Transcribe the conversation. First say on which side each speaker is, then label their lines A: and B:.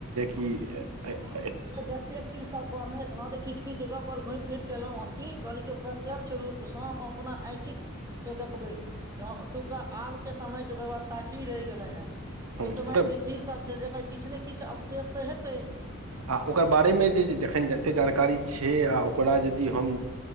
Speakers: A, on the right; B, on the right.
A: हँ
B: कि
A: किताब
B: हूँ
A: सबमे जतेक चीज सब पढ़ने छ। <unintelligible> तऽ किछु -किछु जगह पर घुमि फिर के एलं हन क कि कहली प्रत्यक्ष रूपसँ हम अपना आँखिक से देखबै। <unintelligible> य ओतुका आब के। समय के व्यवस्था की रहि गेलै हेँ। <unintelligible> ओहि
B: हूँ
A: समय
B: ओकर
A: के की सब छै जे। <unintelligible> किछ ने किछु। <unintelligible> अवशेष तऽ हेतै। <unintelligible>
B: आ ओकर बारेमे जे जखन -जतेक जानकारी छै आ ओकरा यदि हम